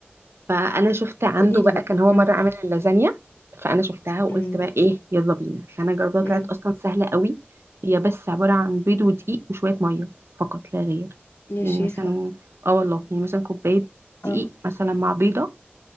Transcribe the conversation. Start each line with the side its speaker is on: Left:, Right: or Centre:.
Right: فانا شفت عنده
Left: قوليلي
Right: بقى
Left: بقى
Right: كان هو
Left: امم
Right: مره عامل اللازانيا فانا شفتها وقلت
Left: امم
Right: بقى ايه يلا بينا فانا جربتها طلعت
Left: امم
Right: اصلا سهله قوي هي بس عباره عن بيض ودقيق وشويه ميه فقط لا غير
Left: يا
Right: يعني
Left: شيخة
Right: مثلا اه والله يعني مثلا كوبايه دقيق
Left: اه
Right: مثلا مع بيضه